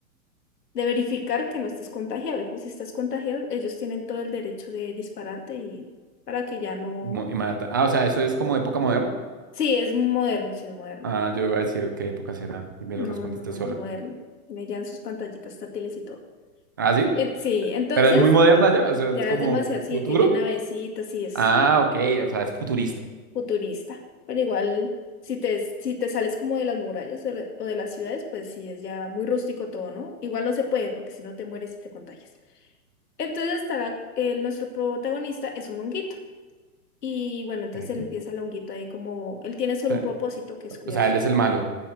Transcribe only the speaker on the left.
de verificar que no estés contagiado. Y pues si estás contagiado, ellos tienen todo el derecho de dispararte y para que ya no.
Sí, es moderno, sí es moderno.
No,
no, no,
es moderno. Tiene ya en sus pantallitas táctiles y todo.
Y en- Sí, entonces
ya
es demasiado, sí,
tiene navecitas, sí es
futurista. Pero igual, si te, si te sales como de las murallas o de, la- o de las ciudades, pues sí es ya muy rústico todo, ¿no? Igual no se puede porque si no te mueres y te contagias. Entonces estará, eh, nuestro protagonista es un honguito. Y bueno,
entonces
él empieza el honguito ahí como, él tiene solo
un propósito que es cuidar
su
esposa.